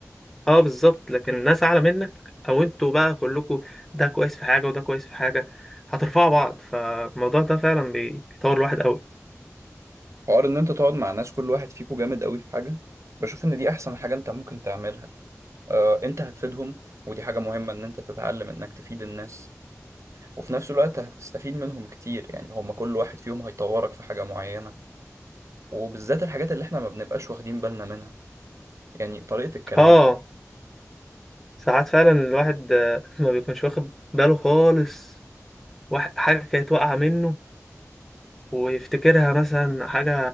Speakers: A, in the centre; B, on the right.
A: اه بالظبط لكن ناس اعلى منك او انتوا بقى كلكوا ده كويس في حاجه وده كويس في حاجه هترفعوا بعض فالموضوع ده فعلا بيطور الواحد قوي
B: حوار ان انت تقعد مع ناس كل واحد فيكو جامد قوي في حاجة بشوف ان دي احسن حاجة انت ممكن تعملها آه انت هتفيدهم ودي حاجة مهمة ان انت تتعلم انك تفيد الناس وفي نفس الوقت هتستفيد منهم كتير يعني هما كل واحد فيهم هيطورك في حاجة معينة وبالذات الحاجات اللي احنا ما بنبقاش واخدين بالنا منها يعني طريقة الكلام
A: اه ساعات فعلا الواحد آه، <laughs> ما بيكونش واخد باله خالص واحد حاجه كانت واقعه منه ويفتكرها مثلا حاجه